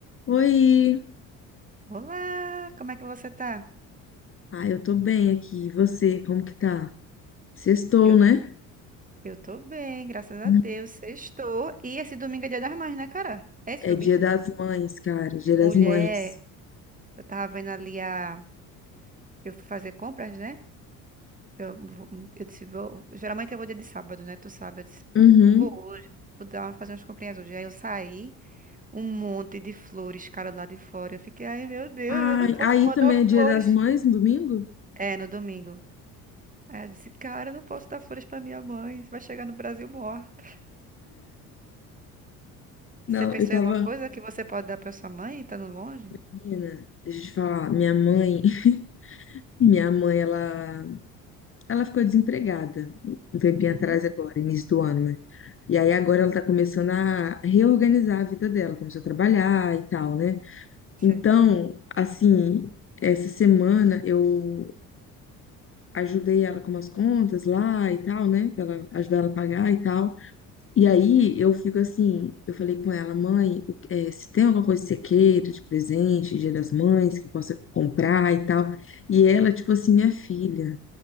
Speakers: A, on the left; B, on the right.
A: Oi!
B: Olá, como é que você tá?
A: Ah, eu tô bem aqui. E você, como que tá? Sextou,
B: Eu,
A: né?
B: eu tô bem, graças a
A: Uhum.
B: Deus. Sextou. E esse domingo é Dia das Mães, né, cara? É esse
A: É
B: domingo?
A: Dia das Mães, cara. Dia
B: Mulher,
A: das Mães.
B: eu tava vendo ali a. Eu fui fazer compras, né? Eu, vou- eu disse, vou. Geralmente eu vou dia de sábado, né? Tu sabe. Eu disse,
A: Uhum.
B: vou hoje, vou dar, uma- fazer umas comprinhas hoje. Aí eu saí, um monte de flores, cara, lá de fora. Eu fiquei, ai, meu Deus,
A: Ai,
B: eu não posso
A: aí
B: mandar
A: também
B: flores.
A: é Dia das Mães no domingo?
B: É, no domingo. Aí eu disse, cara, eu não posso dar flores pra minha mãe. Vai chegar no Brasil morta.
A: Não,
B: Você pensou
A: eu tava.
B: em alguma coisa que você pode dar para sua mãe, estando longe?
A: Menina, deixa eu te falar. Minha mãe, <laughs> minha mãe, ela, ela ficou desempregada um tempinho
B: Uhum,
A: atrás agora, início do ano, né? E aí agora ela tá começando a reorganizar a vida dela, começou a trabalhar e tal, né?
B: certo.
A: Então, assim, essa semana eu ajudei ela com umas contas lá e tal, né? Pra ela ajudar ela a pagar e tal. E aí eu fico assim, eu falei com ela, mãe, o- eh, se tem alguma coisa que você queira de presente, Dia das Mães, que possa comprar e tal. E ela, tipo assim, minha filha,